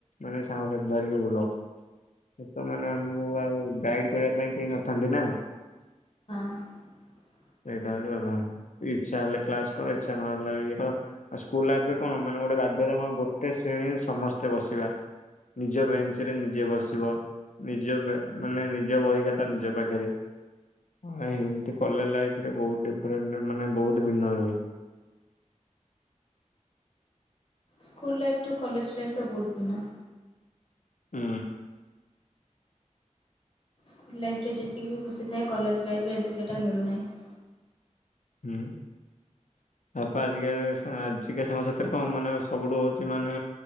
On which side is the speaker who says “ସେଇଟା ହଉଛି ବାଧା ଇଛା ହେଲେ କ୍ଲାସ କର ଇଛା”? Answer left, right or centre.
Left